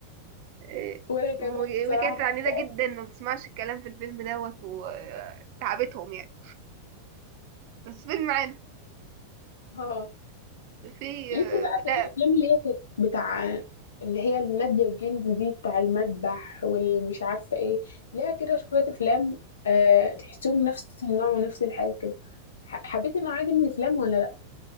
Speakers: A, on the right; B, on the left.
A: إيه،
B: وانا كمان
A: و-
B: بصراحه
A: وكانت
B: بحبه
A: عنيدة جدا
B: أوي.
A: ما بتسمعش الكلام في الفيلم دوت وتعبتهم يعني بس فيلم عام
B: اه
A: في
B: ليكي
A: آه،
B: بقى في
A: لا
B: الافلام اللي هي كانت بتاع اللي هي النادية الجندي دي بتاع المذبح والمش عارفه ايه ليها كده شويه افلام أه تحسهم نفس النوع ونفس الحاجه كده ح- حبيتي النوعيه دي من الافلام ولا لا